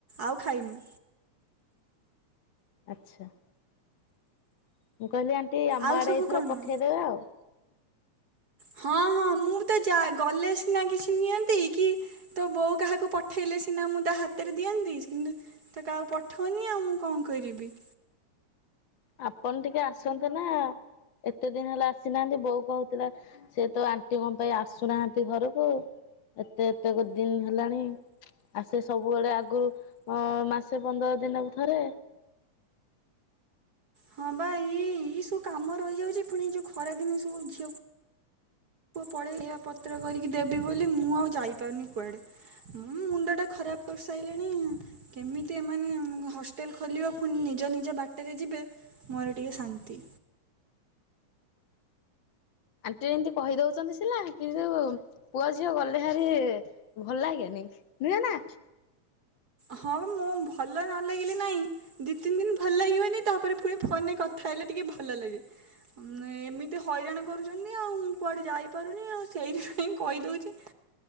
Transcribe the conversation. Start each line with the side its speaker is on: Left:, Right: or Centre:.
Right: ଆଉ ଖାଇନୁ।
Left: ଆଚ୍ଛା। ମୁଁ କହିଲି ଆଣ୍ଟି ଆମ
Right: ଆଉ
Left: ଆଡ଼େ
Right: ସବୁ
Left: ଏଇଥର
Right: କଣ
Left: ପଠେଇଦେବେ ଆଉ।
Right: ହଁ, ହଁ ମୁଁ ତ ଗଲେ ସିନା କିଛି ନିଅନ୍ତି କି। ତୋ ବୋଉ କାହାକୁ ପଠେଇଲେ ସିନା ମୁଁ ତା ହାତରେ ଦିଅନ୍ତି। କିନ୍ତୁ। ସେ ତ କାହାକୁ ପଠଉନି ଆଉ ମୁଁ କଣ କରିବି।
Left: ଆପଣ ଟିକେ ଆସନ୍ତୁ ନା? ଏତେ ଦିନି ହେଲା ଆସିନାହାନ୍ତି ବୋଉ କହୁଥିଲା। ସେ ତୋ ଆଣ୍ଟି କଣ ପାଇଁ ଆସୁନାହାନ୍ତି ଘରକୁ ଏତେ ଏତେ ଦିନ ହେଲାଣି। ଆସେ ସବୁବେଳେ ଆଗୁରୁ ଅ ମାସେ ପନ୍ଦର ଦିନକୁ ଥରେ।
Right: ହଁବା, ଇ ଇ ସବୁ କାମ ରହିଯାଉଚି ପୁଣି ଏ ଯୋଉ ଖରା ଦିନେ ସବୁ ଝିଅ। ପୁଅ ପଳେଇ ଏହା ପତ୍ର କରିକି ଦେବି ବୋଲି ମୁଁ ଆଉ ଯାଇପାରୁନି କୁଆଡେ। ମୁଁ ମୁଣ୍ଡ ଟା ଖରାପ କରିସାଇଲେଣି। କେମିତି ଏମାନେ ହଷ୍ଟେଲ ଖୋଲିବ ପୁଣି ନିଜ ନିଜ ବାଟରେ ଯିବେ। ମୋର ଟିକେ ଶାନ୍ତି।
Left: ଆଣ୍ଟି ଏମିତି କହିଦଉଚନ୍ତି ସିନା କିନ୍ତୁ। ପୁଅ ଝିଅ ଗଲେ ଭାରି ଭଲ ଲାଗେନି। ନୁହେଁ ନା?
Right: ହଁ ମୁଁ ଭଲ ନ ଲାଗିଲି ନାଇଁ। ଦିଇ ତିନି ଦିନ ଭଲ ଲାଗ ହଏନି ତାପରେ ପୁଣି ଫୋନରେ କଥା ହେଲେ ଟିକେ ଭଲ ଲାଗେ। ଏମିତି ହଇରାଣ କରୁଚନ୍ତି ଆଉ ମୁଁ କୁଆଡେ ଯାଇପାରୁନି ଆଉ ସେଇଥିପାଇଁ କହିଦଉଛି।